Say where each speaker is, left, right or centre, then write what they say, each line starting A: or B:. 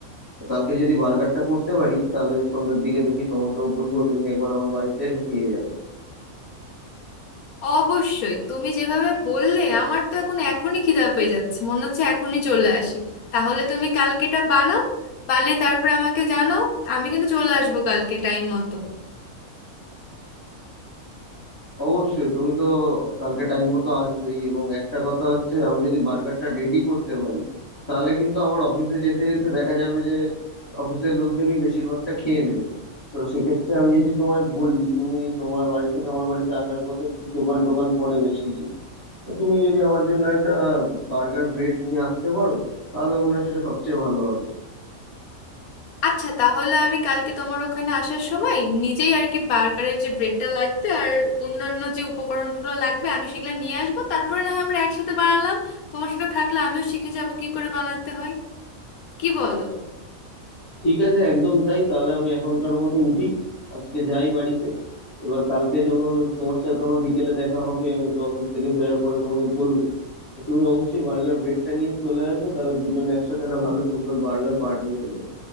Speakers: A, on the left; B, on the left.
A: তো কালকে যদি বার্গারটা করতে পারি তাহলে সন্ধ্যের দিকে দেখি তোমাকেও বলবো তুমি একবার আমার বাড়িতে এসে খেয়ে যাবে
B: অবশ্যই তুমি যেভাবে বললে আমার তো এখন এখনই খিদা পেয়ে যাচ্ছে মনে হচ্ছে এখনই চলে আসি তাহলে তুমি কালকেটা বানাও বানিয়ে তারপরে আমাকে জানাও আমি কিন্তু চলে আসবো কালকে টাইম মতো
A: অবশ্যই তুমি তো কালকে টাইম মতো আসবেই এবং একটা কথা হচ্ছে আমি যদি বার্গারটা রেডি করতে পারি তাহলে কিন্তু আমার অফিসে যেতে যেতে দেখা যাবে যে অফিসের লোকজনই বেশিরভাগটা খেয়ে নেবে তো সেক্ষেত্রে আমি যদি তোমায় বলি তুমি তোমার বাড়ি থেকে আমার বাড়িতে আসার কথা দোকান টোকান পড়ে বেশ কিছু তো তুমি যদি আমার জন্য একটা বার্গার ব্রেড নিয়ে আসতে পারো তাহলে মনে হয় সেটা সবচেয়ে ভালো হবে
B: আচ্ছা তাহলে আমি কালকে তোমার ওখানে আসার সময় নিজেই আর কি বার্গারের যে ব্রেডটা লাগবে আর অন্যান্য যে উপকরণগুলো লাগবে আমি সেগুলো নিয়ে আসবো তারপরে না হয় আমরা একসাথে বানালাম তোমার সাথে থাকলে আমিও শিখে যাবো কি করে বানাতে হয় কি বলো
A: ঠিক আছে একদম তাই তাহলে আমি এখনকার মতো উঠি আজকে যাই বাড়িতে এবার কালকে যখন তোমার সাথে তোমার বিকেলে দেখা হবে আমি তো অফিস থেকে ফেরার পরে তোমাকে বলবো তো তুমি অবশ্যই বার্গার ব্রেডটা নিয়ে চলে আসবে তাহলে দুজনে একসাথে একটা ভালো সুন্দর বার্গার পার্টি হয়ে যাবে